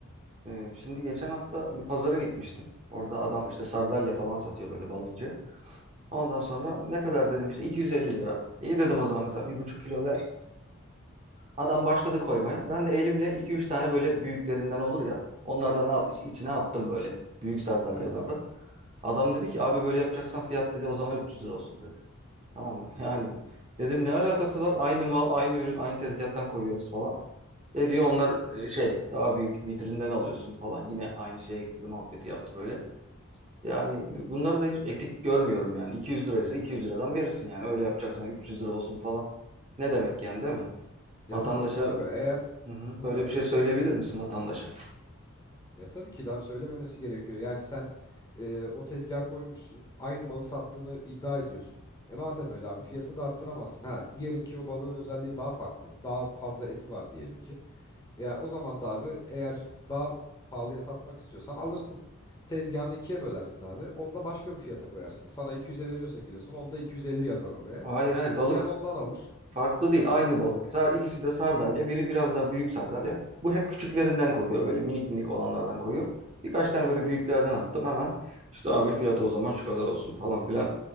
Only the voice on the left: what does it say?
Evet abi.
Ya
tabii ki de abi eğer
buyur
abi.
Ya tabii ki de abi söylememesi gerekiyor. Yani sen e, o tezgaha koymuşsun. Aynı malı sattığını iddia ediyorsun. E madem öyle abi fiyatı da arttıramazsın. Ha diyelim ki o balığın özelliği daha farklı. Daha fazla eti var diyelim ki. Ya o zaman da abi eğer daha pahalıya satmak istiyorsan alırsın. Tezgahını ikiye bölersin abi. Onu da başka bir fiyata koyarsın. Sana 200'e veriyorsa kilosunu onda 250 yazar oraya.
İsteyen
ondan alır.